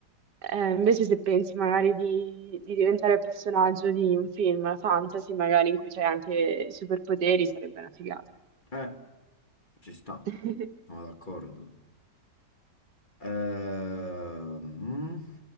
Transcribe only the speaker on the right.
eh, invece se pensi magari di, di diventare il personaggio di un film fantasy, magari in cui c'è anche i superpoteri, sarebbe una figata.
<laughs>